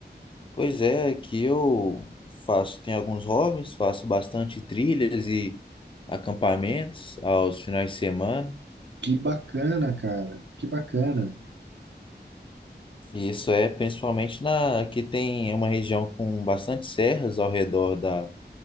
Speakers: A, on the left (about 30°); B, on the right (about 85°).
A: Pois é, que eu faço, tenho alguns hobbies, faço bastante trilhas e acampamentos aos finais de semana.
B: Que bacana, cara. Que bacana.
A: E isso é principalmente na aqui tem uma região com bastante serras ao redor da,